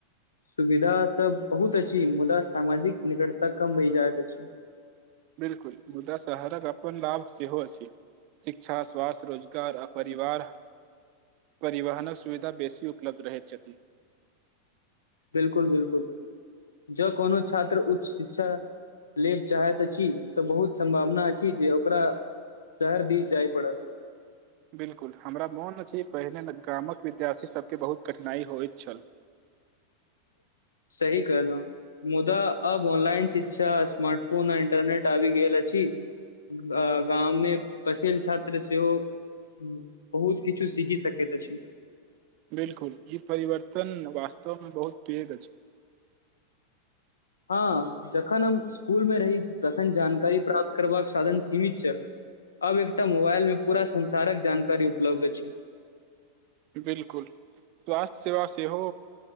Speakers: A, on the left; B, on the right.
A: सुविधा सब बहुत अछि मुदा सामाजिक निकटता कम बहि जाइत अछि
B: बिलकुल मुदा शहरक अपन लाभ सेहो अछि शिक्षा स्वास्थ्य रोजगार आ परिवार परिवहनक सुविधा बेसी उपलब्ध रहैत छथि
A: बिल्कुल बिल्कुल जँ कोनो छात्र उच्च शिक्षा लेब चाहैत अछि तऽ बहुत सम्भावना छी जे ओकरा शहर दिस जाइ पड़त
B: बिलकुल हमरा मोन छै पहिने गामक विद्यार्थीसभके बहुत कठिनाइ होइत छल
A: ह <inaudible> सही कलहु मुदा अब ऑनलाइन शिक्षा स्मार्ट फोन आ इंटरनेट आबि गेल अछी अ गाममे पसेल छात्र सेहो ह बहुत किछु सीखि सकैत त छी
B: बिलकुल ई परिवर्तन वास्तवमे बहुत पैघ अछि
A: हँ जखन हम स्कुलमे रही तखन जानकारी प्राप्त करबाक साधन सीमित छल आब एकटा मोबाइलमे पूरा संसारक जानकारी उपलब्ध छै
B: बिलकुल स्वास्थ्य सेवा सेहो